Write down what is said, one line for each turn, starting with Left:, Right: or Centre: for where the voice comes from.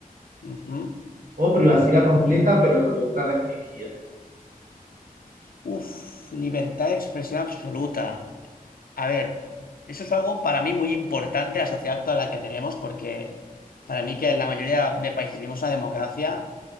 Left: ujú.
Right: ¿O privacidad completa pero con libertad restringida?
Left: Uf, libertad de expresión absoluta. A ver, eso es algo para mí muy importante a la sociedad actual en la que tenemos, porque para mí que en la mayoría de países vivimos una democracia